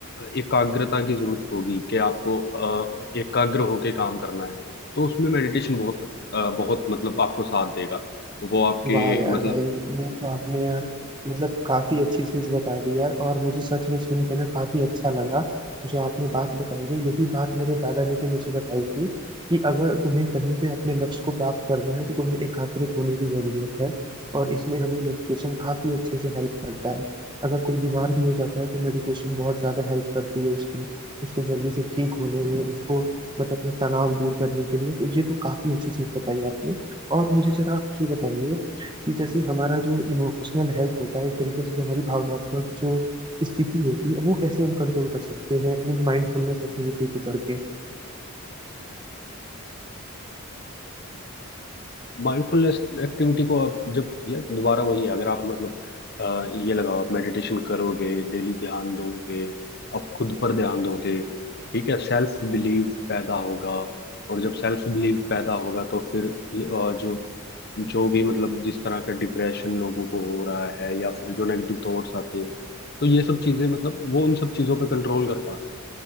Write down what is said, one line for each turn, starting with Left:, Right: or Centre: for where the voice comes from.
Left: एकाग्रता की जरूरत होगी कि आपको अ, एकाग्र होके काम करना है तो उसमें मेडिटेशन बहुत अ, बहुत मतलब आपको साथ देगा वो आपके
Right: वाह यार
Left: मतलब
Right: भाई ये तो आपने यार मतलब काफी अच्छी चीज बता दी यार और मुझे सच में सुन के ना काफी अच्छा लगा जो आपने बात बताई है यही बात मेरे दादा ने भी मुझे बताई थी कि अगर तुम्हें कहीं पे अपने लक्ष्य को प्राप्त करना है तो तुम्हें एकाग्रित होने की जरूरत है और इसमें हमें मेडिटेशन काफी अच्छे से हेल्प करता है अगर कोई बीमार भी हो जाता है तो मेडिटेशन बहुत ज्यादा हेल्प करती है उसकी उसको जल्दी से ठीक होने में उसको मतलब अपना तनाव दूर करने के लिए तो ये तो काफी अच्छी चीज बताई आपने और मुझे जरा आप ये बताइए कि जैसे हमारा जो इमोशनल हेल्थ होता है एक तरीके से जो हमारी भावनात्मक जो स्थिति होती है वो कैसे हम कंट्रोल कर सकते हैं इन माइंडफुलनेस एक्टिविटी को करके
Left: माइंडफुलनेस एक्टिविटी को आप जब यार दोबारा वही है अगर आप मतलब अ, ये लगाओ आप मेडिटेशन करोगे डेली ध्यान दोगे आप खुद पर ध्यान दोगे ठीक है सेल्फ बिलीव पैदा होगा और जब सेल्फ बिलीव पैदा होगा तो फिर ये, अ, जो जो भी मतलब जिस तरह का डिप्रेशन लोगों को हो रहा है या फिर जो नेगेटिव थॉट्स आती हैं तो ये सब चीजें मतलब वो उन सब चीजों पे कंट्रोल कर पा रहे हैं